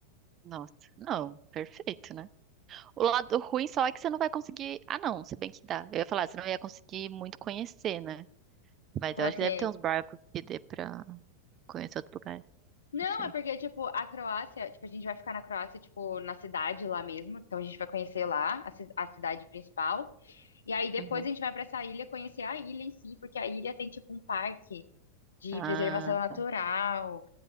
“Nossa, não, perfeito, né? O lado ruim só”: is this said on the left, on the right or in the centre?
Right